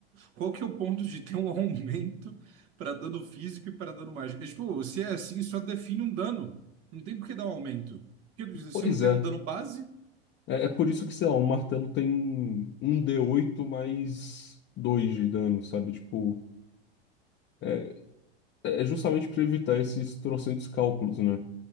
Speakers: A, on the right (about 50°); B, on the left (about 35°).
A: Qual que é o ponto de ter um <laughs> aumento para dano físico e para dano mágico? É, tipo, se é assim, só define um dano. Não tem por que dar um aumento. Porque se
B: pois
A: não tem
B: é.
A: um dano base.
B: É, é por isso que, sei lá, o martelo tem um d oito mais 2 de dano, sabe? Tipo, é, é justamente pra evitar esses trocentos cálculos, né?